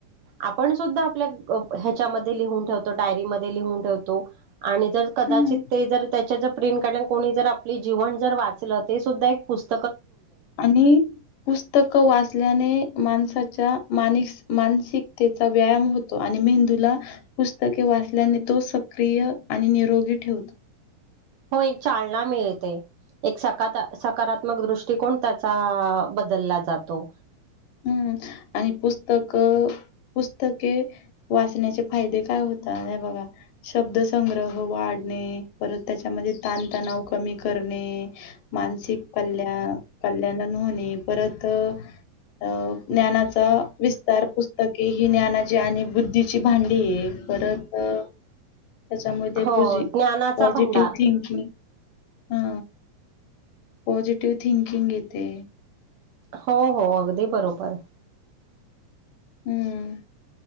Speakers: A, on the right; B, on the left.
A: आपण सुद्धा आपल्या ह्याच्यामध्ये लिहून ठेवतो डायरीमध्ये लिहून ठेवतो आणि जर कदाचित
B: हं.
A: ते जर त्याच्या ज प्रिंट कोणी जर आपली जीवन जर वाचलं ते सुद्धा एक पुस्त
B: आणि पुस्तकं वाचल्याने माणसाच्या मानस मानसिकतेचा व्यायाम होतो आणि मेंदूला पुस्तके वाचल्याने तो सक्रिय आणि निरोगी ठेवतो
A: हो एक चालना मिळते एक स सकारात्मक दृष्टिकोन त्याचा बदलला जातो
B: हम्म आणि पुस्तक पुस्तके वाचण्याचे फायदे काय होतात नाही बघा शब्दसंग्रह वाढणे परत त्याच्यामध्ये ताणतणाव कमी करणे मानसिक कल्याण कल्याणान होणे परत अ ज्ञानाचा विस्तार पुस्तके ही ज्ञानाची आणि बुद्धीची भांडी आहे परत त्याच्यामध्ये
A: हो
B: प
A: ज्ञानाचा
B: पॉझिटिव्ह
A: भंडार
B: थिंकिंग हा पॉझिटिव्ह थिंकिंग येते
A: हो हो अगदी बरोबर
B: हम्म